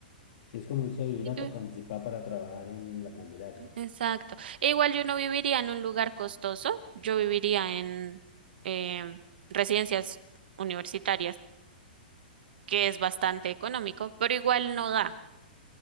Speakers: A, on the left; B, on the right.
A: Es como irse a vivir
B: Eh,
A: a Tocancipá para trabajar en la Candelaria.
B: Exacto. E igual yo no viviría en un lugar costoso. Yo viviría en em, residencias universitarias, que es bastante económico, pero igual no da.